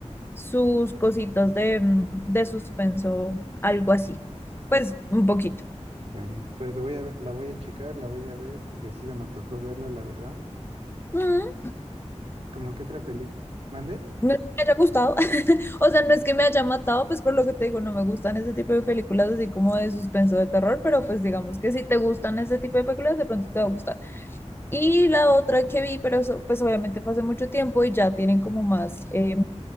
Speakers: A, on the left (about 20°); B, on the right (about 55°).
A: sus cositas de, mm, de suspenso, algo así, pues un poquito.
B: Bueno, pues la voy a, la voy a checar, la voy a ver porque sí se me antojó verla, la verdad.
A: Ujú.
B: ¿Cómo que otra película? ¿Mande?
A: No es que me haya gustado, <laughs> o sea, no es que me haya matado, pues por lo que te digo, no me gustan ese tipo de películas así como de suspenso de terror, pero pues digamos que si te gustan ese tipo de películas, de pronto te va a gustar. Y la otra que vi, pero eso, pues obviamente fue hace mucho tiempo y ya tienen como más, eh,